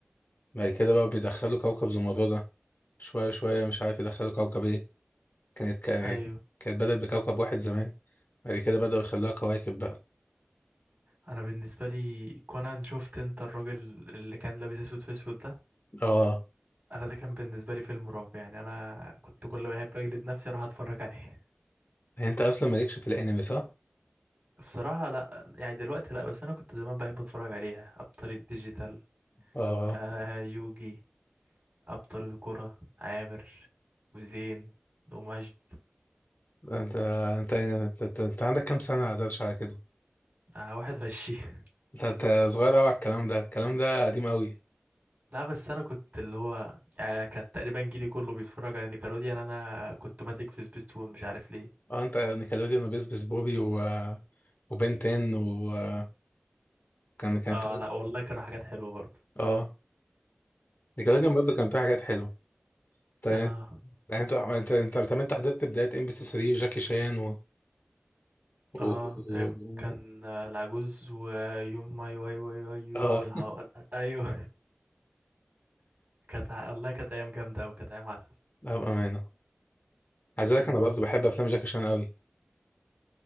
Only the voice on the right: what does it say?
ايوه
انا بالنسبة لي كونان شفت انت الراجل اللي كان لابس اسود في اسود ده
انا ده كان بالنسبة لي فيلم رعب يعني انا كنت كل ما احب اجلد نفسي اروح اتفرج عليه
<laughs> بصراحة لا يعني دلوقتي لا بس انا كنت زمان بحب اتفرج عليها ابطال الديجيتال
آه يوجي أبطال الكرة عامر وزين ومجد
آه واحد وعشرين
<laughs> لا بس أنا كنت اللي هو يعني كان تقريبا جيلي كله بيتفرج على نيكلوديان يعني. أنا كنت ماسك في سبيستون مش عارف ليه
آه لا والله كانوا حاجات حلوة برضه
بس
كنت-
آه
آه
إم، كان آه، العجوز ويوم ماي واي واي واي
واي والحو... أيوه <laughs> كانت ع- والله كانت أيام جامدة أوي كانت أيام عسل
أمم.